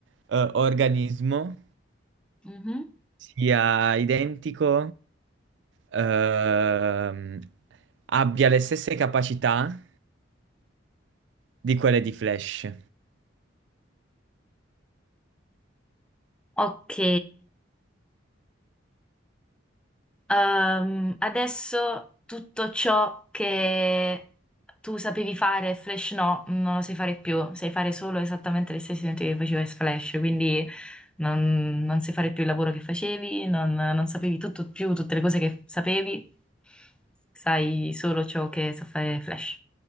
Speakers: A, on the right; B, in the centre.
A: eh, organismo
B: Mhm.
A: sia identico, ehm, abbia le stesse capacità di quelle di Flash.
B: Ok, Ehm, adesso tutto ciò che tu sapevi fare, Flash no, non lo sai fare più, sai fare solo esattamente le stesse identiche che facevi in Flash, quindi non, non sai fare più il lavoro che facevi, non, non sapevi tutto più tutte le cose che sapevi, sai solo ciò che sa fare Flash,